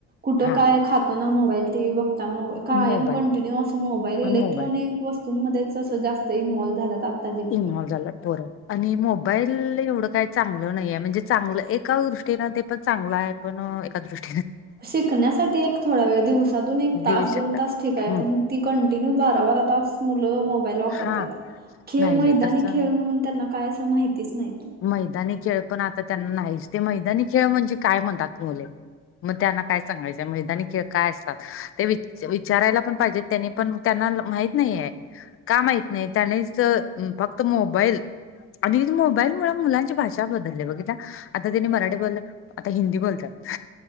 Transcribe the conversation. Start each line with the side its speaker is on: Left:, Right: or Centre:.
Right: कुठ
Left: हा
Right: काय खाताना मोबाईल टीव्ही बघताना मोबाईल कायम
Left: मोबाईल
Right: कंटीन्यू असं मोबाईल इलेक्ट्रॉनिक
Left: मोबाईल
Right: वस्तू मध्येच जास्त इनवॉल्व्ह झाल्यात. आत्ताचे
Left: इनव्हाल झालेत पोरं. आणि मोबाईल एवढं काही चांगलं नाही आहे म्हणजे चांगलं एका दृष्टीनें ते पण चांगलं आहे. पण एका दृष्ट
Right: शिकण्यासाठी एक थोडा वेळ दिवसातून एक तास
Left: देऊ शकतात.
Right: दोन तास ठीक आहे
Left: हम्म
Right: पण ती कंटिन्यू बारा बारा तास मुलं मोबाईल
Left: हा
Right: त्यात खेळ
Left: नाही नाही
Right: मैदानी
Left: तसं
Right: खेळ म्हणून त्यांना काय असं माहितीच नाहीत.
Left: मैदानी खेळ पण आता त्यांना नाहीच ते मैदानी खेळ म्हणजे काय म्हणतात मुले. मग त्यांना काय सांगायचं मैदानी खेळ काय असतात. ते विच-विचारायला पण पाहिजेत तेनी पण त्यांना माहित नाही आहे. का माहीत नाही त्यानेच म फक्त मोबाईल, अडीज मोबाईल मूळ मुलांची भाषा बदलल्या बघितला आता त्यांनी मराठी बोल, आता हिंदी बोलत्यात.